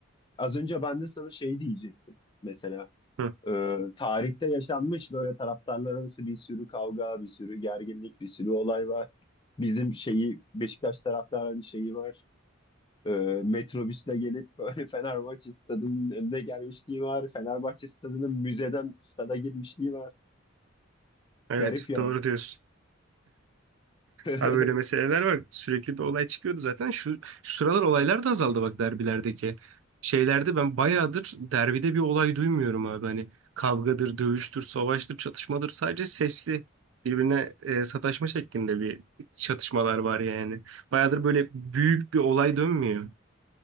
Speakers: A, on the left (about 25°); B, on the right (about 70°).
A: az önce ben de sana şey diyecektim. Mesela
B: hı,
A: e, tarihte yaşanmış böyle taraftarlar arası bir sürü kavga, bir sürü gerginlik, bir sürü olay var. Bizim şeyi Beşiktaş taraftarının şeyi var. E, metrobüsle gelip böyle <laughs> Fenerbahçe stadının önüne gelmişliği var. Fenerbahçe stadının müzeden stada girmişliği var.
B: evet
A: Garip yani.
B: doğru diyorsun.
A: <laughs>
B: Abi böyle meseleler var. Sürekli bir olay çıkıyordu zaten. Şu, şu sıralar olaylar da azaldı bak derbilerdeki. Şeylerde ben bayağıdır derbide bir olay duymuyorum abi. Hani kavgadır, dövüştür, savaştır, çatışmadır. Sadece sesli birbirine e, sataşma şeklinde bir çatışmalar var yani. Bayağıdır böyle büyük bir olay dönmüyor.